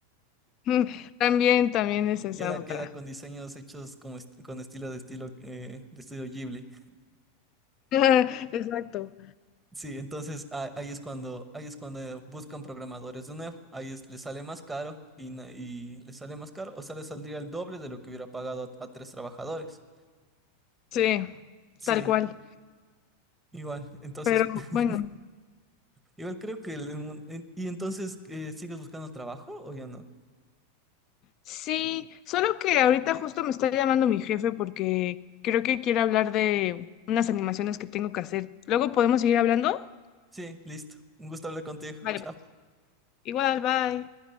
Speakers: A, on the left (about 35°); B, in the centre.
A: <laughs> Ujú. También, también es esa
B: Queda,
A: otra.
B: queda con diseños hechos como est- con estilo de estilo eh, de estudio Ghibli.
A: <laughs> Exacto.
B: Sí, entonces ah, ahí es cuando, ahí es cuando buscan programadores de nuevo. Ahí es- les sale más caro y, na- y les sale más caro, o sea, les saldría el doble de lo que hubiera pagado a, a tres trabajadores.
A: Sí,
B: Sí,
A: tal cual.
B: igual. Entonces,
A: Pero bueno,
B: <laughs> igual creo que el, mun- en- y entonces eh, ¿sigues buscando trabajo o ya no?
A: sí, solo que ahorita justo me está llamando mi jefe porque creo que quiere hablar de unas animaciones que tengo que hacer. Luego podemos seguir hablando.
B: Sí, listo. Un gusto hablar contigo.
A: Vale,
B: Chao.
A: pues. Igual, bye.